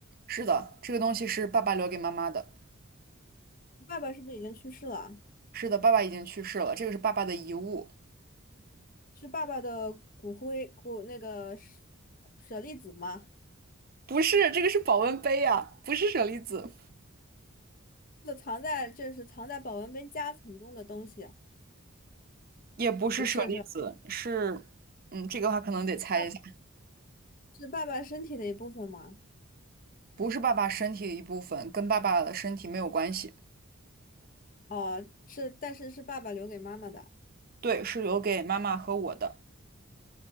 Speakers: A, on the right; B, on the left.
A: 是的，这个东西是爸爸留给妈妈的，
B: 爸爸是不是已经去世了啊？
A: 是的，爸爸已经去世了，这个是爸爸的遗物，
B: 是爸爸的骨灰骨那个舍舍利子吗？
A: 不是，这个是保温杯呀、不是舍利子，
B: 就藏在这是藏在保温杯夹层中的东西，
A: 也不是舍利子，
B: 不是是吧？
A: 是，嗯，这个的话可能得猜一下。
B: 爸是爸爸身体的一部分吗？
A: 不是爸爸身体的一部分，跟爸爸的身体没有关系。
B: 哦，是，但是是爸爸留给妈妈的。
A: 对，是留给妈妈和我的。